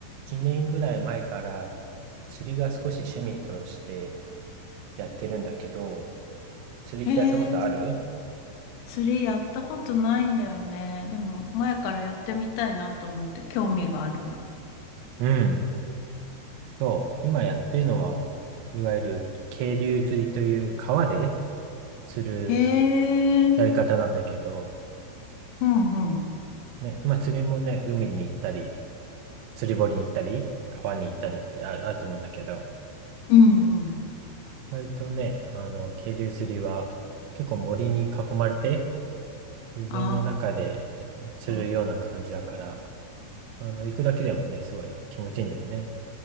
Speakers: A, on the right; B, on the left.
A: 1年ぐらい前から釣りが少し趣味としてやってるんだけど、釣りってやったことある
B: えー、釣りやったことないんだよね。でも、前からやってみたいなと思って興味がある。
A: うん。そう。今やってるのは、いわゆる渓流釣りという川で釣る
B: えー、
A: やり方なんだけど、
B: うんうん。
A: ね、まあ釣りもね、海に行ったり、釣り堀に行ったり、川に行ったりってある、あると思うんだけど、
B: うんうん。
A: 割とね、あの、渓流釣りは結構森に囲まれて、自然の中でえ釣るような感じだから、
B: あー、
A: あの、行くだけでもね、すごい気持ちいいんだよね。